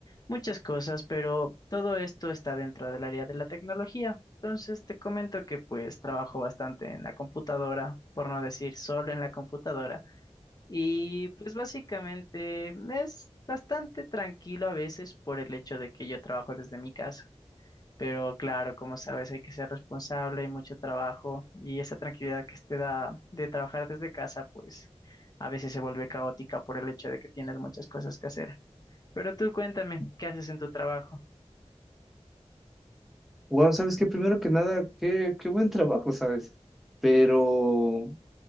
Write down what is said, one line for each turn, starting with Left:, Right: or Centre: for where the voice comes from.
Left: muchas cosas, pero todo esto está dentro del área de la tecnología. Entonces te comento que pues trabajo bastante en la computadora, por no decir solo en la computadora, y pues básicamente es bastante tranquilo a veces por el hecho de que yo trabajo desde mi casa. Pero claro, como sabes, hay que ser responsable y mucho trabajo. Y esa tranquilidad que te da de trabajar desde casa, pues a veces se vuelve caótica por el hecho de que tienes muchas cosas que hacer. Pero tú cuéntame, ¿qué haces en tu trabajo?
Centre: Wow, sabes que primero que nada, qué, qué buen trabajo, ¿sabes? Pero